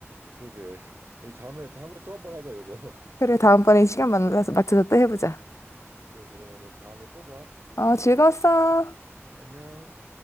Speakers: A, on the right (about 55°); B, on the left (about 80°).
A: 그러게 <laughs> 우리 다음에 다음에 또 한 번 하자 요거 <laughs>
B: 그래, 다음번에 시간 만나서 맞춰서 또 해보자.
A: 그래 그러면은 다음에 또 봐
B: 아, 즐거웠어.
A: 네, 안녕